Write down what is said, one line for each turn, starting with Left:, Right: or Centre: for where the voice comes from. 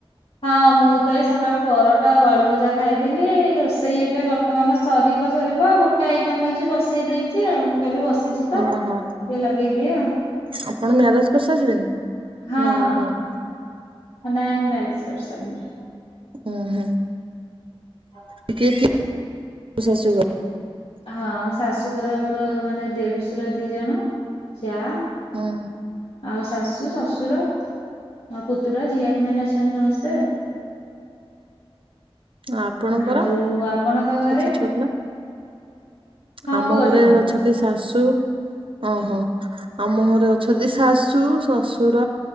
Left: ହଁ ମୁଁ ତ ଏଇ ସକାଳୁ ପରଟା ଆଉ ଆଳୁ ଭଜା ଖାଇଥିଲି। ରୋଷେଇ ଏବେ ବର୍ତ୍ତମାନ ସରିବ ସରିବ ଆଉ ଗୋଟେ ଆଇଟମ୍ ଅଛି ବସେଇ ଦେଇଛି ଆଉ ମୁଁ କହିଲି ବସ ବସିଛି ତ
Right: ଓହୋ
Left: ଟିକେ ଲଗେଇଦିଏ ଆଉ।
Right: ଆପଣ ମ୍ୟାରେଜ କରିସାରିଲେଣି
Left: ହଁ
Right: ନା
Left: ହଁ।
Right: ନାଇଁ?
Left: ନାଇଁ ମ୍ୟାରେଜ କରିସାରିଲିଣି।
Right: ଉଁ ହୁଁ।
Left: ହଁ
Right: କିଏ କିଏ ଅଛନ୍ତି ଶାଶୁ ଘରେ?
Left: ହଁ ଶାଶୁ ଘରେ ମୋର ମାନେ ଦେଢଶୂର ଦି ଜଣ ଯାଆ
Right: ହଁ।
Left: ଆଉ ଶାଶୁ ଶଶୁର ମୋ ପୁତୁରା ଝିଆରୀ ମାନେ ଅଛନ୍ତି ସମସ୍ତେ ଆଉ।
Right: ଆଉଁ ଆପଣଙ୍କର?
Left: ଆଉ ଆପଣଙ୍କ ଘରେ
Right: କିଛି ଛୁଆ ପିଲା।
Left: ହଁ
Right: ଆମ
Left: ପୁଅଟେ
Right: ଘରେ
Left: ମୋର
Right: ଅଛନ୍ତି ଶାଶୁ ଅଁ ହଁ। ଆମ ଘରେ ଅଛନ୍ତି ଶାଶୁ ଶଶୁର